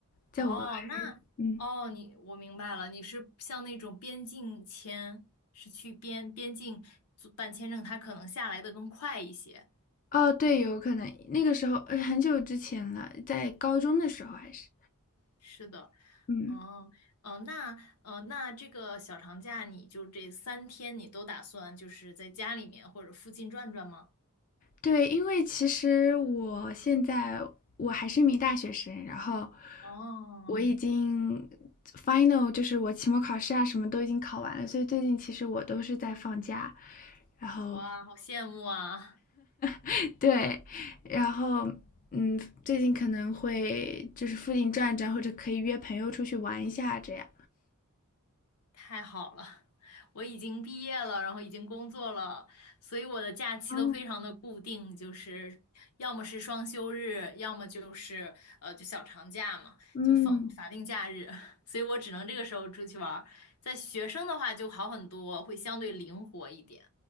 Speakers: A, on the left (about 35°); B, on the left (about 80°).
A: 在我
B: 哦，那哦，
A: 嗯
B: 你我明白了，你是像那种边境签，是去边边境做办签证，它可能下来的更快一些。
A: 哦，对，有可能那个时候呃很久之前了，在高中的时候还是
B: 是的，
A: 嗯。
B: 哦，呃，那呃，那这个小长假，你就这三天，你都打算就是在家里面或者附近转转吗？
A: 对，因为其实我现在我还是一名大学生，然后
B: 哦，
A: 我已经 final，就是我期末考试啊什么都已经考完了，所以最近其实我都是在放假，然后
B: 哇，好羡慕啊！
A: <laughs> 对，然后嗯，最近可能会就是附近转一转，或者可以约朋友出去玩一下这样。
B: 太好了，我已经毕业了，然后已经工作了，所以我的假期都非常的固定，
A: 哦，
B: 就是要么是双休日，要么就是呃就小长假嘛，
A: 嗯。
B: 就放法定假日，<laughs> 所以我只能这个时候出去玩儿。在学生的话就好很多，会相对灵活一点。